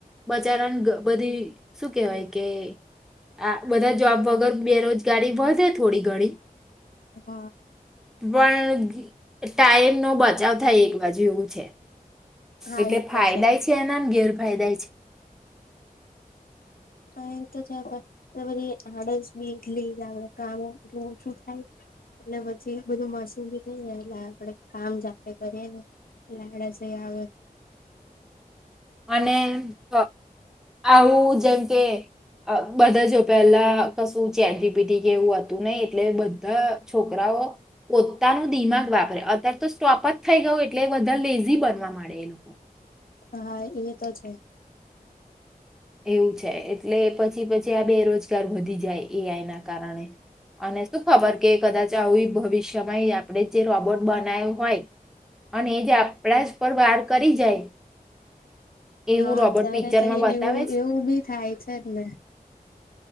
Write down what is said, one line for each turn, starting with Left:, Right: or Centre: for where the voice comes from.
Centre: બચારાને બધી શું કેવાય કે આ બધા જોબ વગર બેરોજગારી વધે થોડી ઘણી
Left: હા
Centre: વણ ટાઈમનો બચાવ થાય એક બાજુ એવું છે
Left: હા
Centre: એટલે
Left: એ
Centre: ફાયદાય
Left: તો
Centre: છે એના ન ગેરફાયદાય છે.
Left: હા એમ તો છે પણ એ બધી આડસ બી એટલી ને આપડે કામ એટલું ઓછું થાય એટલે પછી બધું મશીન થી થઈ જાય એટલે આપડે કામ જાતે કરીએ ન એટલે આડસેય આવે
Centre: અને અ આવું જેમ કે બધા જો પેલા કશું ચેટ જી પી ટી કે એવું હતું નહ એટલે બધા છોકરાઓ, પોતાનું દિમાગ વાપરે અત્યારે તો સ્ટોપ જ થઈ ગયોું એટલે બધા લેઝી બનવા માંડેલા.
Left: હા એ તો છે.
Centre: એવું છે એટલે પછી પછી આ બેરોજગાર વધી જાય, એ આઈ ના કારણે અને શું ખબર કે કદાચ આવી ભવિષ્યમાં આપણે જે રોબોટ બનાવ હોય, અને એ જે આપણા પર વાર કરી જાય. એવું
Left: હા
Centre: રોબોટ
Left: ત્યારે
Centre: પિક્ચરમાં
Left: તો એ
Centre: બતાવે
Left: એું
Centre: છે
Left: એવું બી થાય છે ને.